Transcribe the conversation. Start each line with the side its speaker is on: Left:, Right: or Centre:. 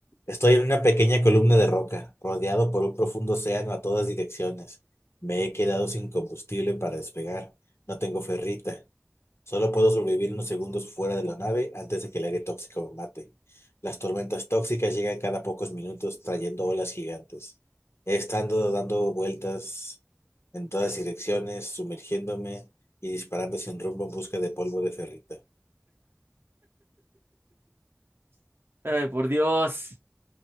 Left: Estoy en una pequeña columna de roca, rodeado por un profundo océano a todas direcciones. Me he quedado sin combustible para despegar. No tengo ferrita. Solo puedo sobrevivir unos segundos fuera de la nave antes de que el aire tóxico me mate. Las tormentas tóxicas llegan cada pocos minutos trayendo olas gigantes. He estado dando vueltas en todas direcciones, sumergiéndome y disparando sin rumbo en busca de polvo de ferrita.
Right: <laughs> Ay, por Dios.